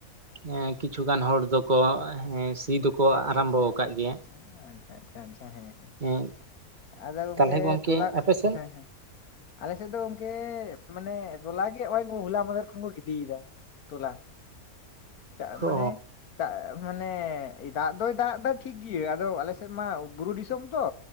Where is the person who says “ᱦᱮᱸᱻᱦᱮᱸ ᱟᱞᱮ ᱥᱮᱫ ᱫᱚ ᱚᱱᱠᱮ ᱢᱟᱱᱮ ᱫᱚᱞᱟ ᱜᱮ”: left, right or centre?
Left